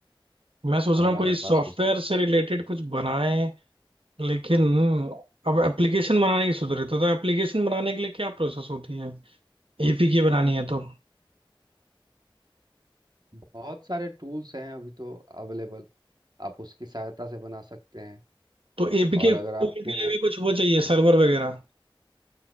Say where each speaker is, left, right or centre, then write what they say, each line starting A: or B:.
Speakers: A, on the right; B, on the right.
A: मैं सोच
B: हाँ
A: रहा हूँ
B: मेरे
A: कोई सॉफ्टवेयर
B: पास बिजनेस
A: से रिलेटेड कुछ बनाएं लेकिन अब एप्लीकेशन बनाने की सोच रहे थे तो एप्लीकेशन बनाने के लिए क्या प्रोसेस होती है एपीके बनानी है तो
B: बहुत सारे टूल्स हैं अभी तो अवेलेबल आप उसकी सहायता से बना सकते हैं
A: तो एपीके
B: और अगर
A: टूल
B: आपको
A: के लिए भी कुछ वो चाहिए सर्वर वगैरह